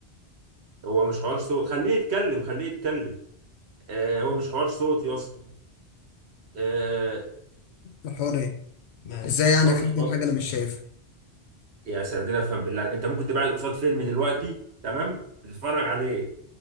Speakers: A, on the right; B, on the left.
A: هو مش حوار صوت خليه يتكلم خليه يتكلم آه هو مش حوار صوت يا اسطى آه
B: الحوار ايه ازاي يعني
A: الحوار
B: اخاف
A: مش حوار
B: من حاجة انا مش شايفها
A: يا سردين افهم بالله انت ممكن تبعد قصاد فيلم دلوقتي تمام بتتفرج عليه